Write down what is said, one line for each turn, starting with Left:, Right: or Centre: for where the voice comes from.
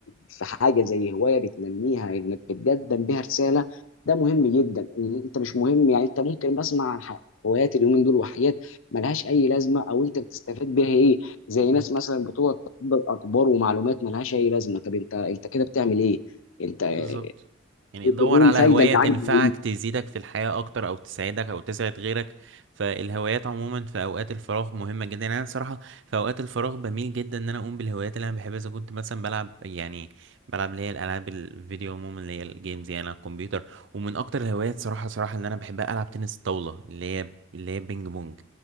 Left: في حاجه زي هوايه بتنميها انك بتقدم بيها رساله ده مهم جدا إن انت مش مهم يعني انت ممكن بسمع عن ح- هوايات اليومين دول وحاجات ملهاش اي لازمه او انت بتستفاد بيها ايه زي
Right: امم.
Left: ناس مثلا بتقعد تقبل اخبار ومعلومات ملهاش اي لازمه طب انت انت كده بتعمل ايه انت ايه
Right: بالظبط يعني دور على
Left: الفايده
Right: هواية
Left: اللي
Right: تنفعك
Left: عايز
Right: تزيدك في الحياة أكتر أو تساعدك أو تسعد غيرك فالهوايات عموما في أوقات الفراغ مهمة جدا يعني أنا صراحة في أوقات الفراغ بميل جدا إن أنا أقوم بالهوايات اللي أنا بحبها إذا كنت مثلا بلعب يعني بلعب اللي هي الألعاب الفيديو عموما اللي هي الجيمز يعني على الكمبيوتر ومن أكتر الهوايات صراحة صراحة اللي أنا بحبها ألعب تنس الطاولة اللي هي اللي هي بينج بونج